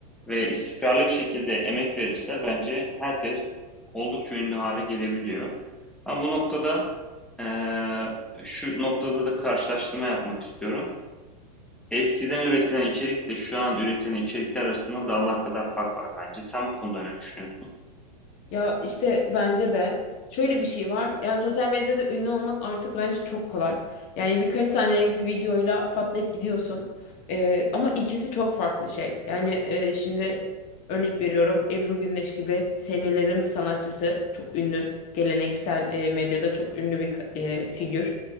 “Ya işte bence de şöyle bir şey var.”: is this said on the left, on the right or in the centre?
Left